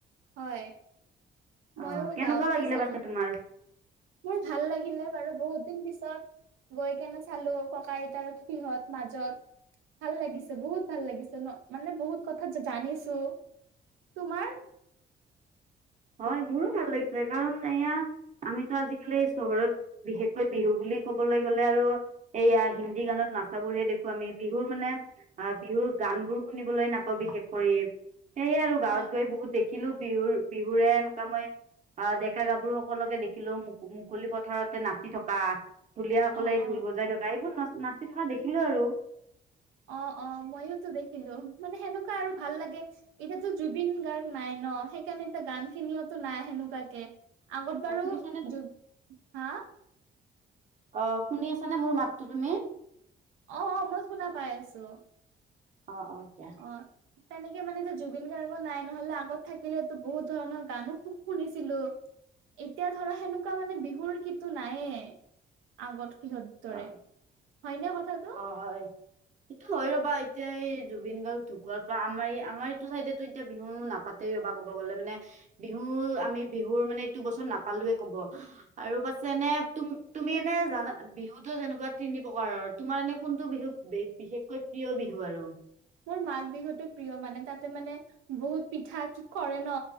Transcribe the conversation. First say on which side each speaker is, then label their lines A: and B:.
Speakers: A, on the right; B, on the right.
A: হয়,
B: অ'
A: মইয়ো
B: কেনেকুৱা
A: গাঁৱতে
B: লাগিলে
A: চালো।
B: পাছে তোমাৰ?
A: মোৰ ভাল লাগিলে বাৰু বহুত দিন পিছত। গৈ কেনে চালো ককা আইতা সিহঁত মাজত। ভাল লাগিছে বহুত ভাল লাগিছে ন মানে বহুত কথা জানিছো তোমাৰ
B: হয় মোৰো ভাল লাগিছে, কাৰণ এয়া আমিতো আজিকালি চহৰত- বিশেষকৈ বিহু বুলি কবলৈ গ'লে আৰু- এইয়া হিন্দী গানত নাচাবোৰহে দেখো, আমি বিহুৰ মানে- অ বিহুৰ গান বোৰ শুনিবলৈ নাপাওঁ বিশেষ কৰি। সেয়ে আৰু
A: হয়
B: গাঁৱত গৈ বহুত দেখিলো বিহু বিহুৰে এনেকুৱা মই। অ ডেকা গাভৰু সকলকে দেখিলো মু মুকলি পথাৰতে নাচি থকা। ঢুলীয়াসকলে
A: অ
B: এই ঢোল
A: অ
B: বজাই থকা এইবোৰ নাচ নাচি থকা দেখিলো আৰু।
A: অঁ অঁ মইয়োতো দেখিলো মানে সেনেকুৱা আৰু ভাল লাগে। এতিাতো জুবিন গাৰ্গ নাই ন, সেইকাৰণে এটা গান খিনিওতো নাই সেনেকোৱাকে। আগত বাৰু,
B: অ শুনিছানে
A: জু হা-
B: অ শুনি আছানে মোৰ মাতটো তুমি?
A: অঁ অঁ মই শুনা পাই আছো।
B: অঁ অঁ দিয়া।
A: অঁ তেনেকে মানে এ জুবিন গাৰ্গ নাই নহলে আগত থাকিলেতো বহুত ধৰণৰ গানো শু শুনিছিলো। এতিয়া ধৰা সেনেকুৱা মানে বিহুৰ কিন্তু নাইয়ে, আগত কিহত? তৰে,
B: অ
A: হয়নে কথাটো?
B: হয় এইটো হয় ৰ'বা এতিয়া এই জুবিন গাৰ্গ ঢুকোৱাৰ পৰা আমাৰ আমাৰ এইটো চাইডো এতিয়া বিহু নাপা- ত ৰবা ক'ব গলে মানে বিহু আমি বিহুৰ মানে এইটো বছৰৰ নাপালোয়ে কব। আৰু পাছে এনে তুম তুমি এনেই জানা- বিহুতো যেনেকুৱা তিনি প্ৰকাৰৰ তোমাৰ এনে কোনটো বিহু বিশেষকৈ প্ৰিয় বিহু আৰু।
A: মোৰ মাঘ বিহুতটো প্ৰিয় মানে তাতে মানে- বহুত পিঠা কি কৰে ন